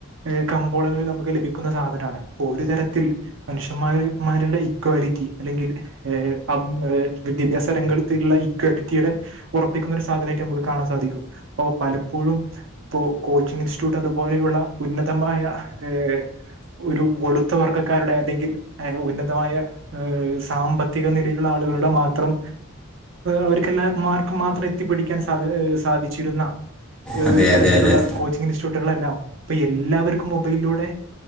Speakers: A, on the right (about 65°); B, in the centre.
A: എ കമ്പോളങ്ങളിൽ നമുക്ക് ലഭിക്കുന്ന സാധനമാണ് ഇപ്പോ ഒരു തരത്തിൽ മനുഷ്യൻമാരുടെ ഇക്വാലിറ്റി അല്ലെങ്കിൽ എ അം വിദ്യാഭ്യാസ രംഗത്തുള്ള ഇക്വാലിറ്റിയുടെ ഉറപ്പിക്കുന്ന ഒരു സാധനമായിട്ട് നമുക്ക് കാണാൻ സാധിക്കും അപ്പ പലപ്പോഴും ഇപ്പോ കോ- കോച്ചിങ് ഇൻറ്റിറ്റ്യൂട്ട് അതുപോലെയുള്ള ഉന്നതമായ എ ഒരു വെളുത്ത വർഗക്കാരുടെ അല്ലെ ഉന്നതമായ ഏ സാമ്പത്തിക നിലയിലുള്ള ആളുകളുടെ മാത്രം അവർക്കെല്ലാ മാർക്കും മാത്രം എത്തിപ്പിടിക്കാൻ സാധ സാധിച്ചിരുന്ന
B: അതെ
A: തരത്തിലുള്ള
B: അതെ അതെ
A: കോച്ചിംഗ് ഇൻസ്റ്റിറ്റ്യൂട്ടുകളെല്ലാം ഇപ്പൊ എല്ലാവർക്കും മൊബൈലിലൂടെ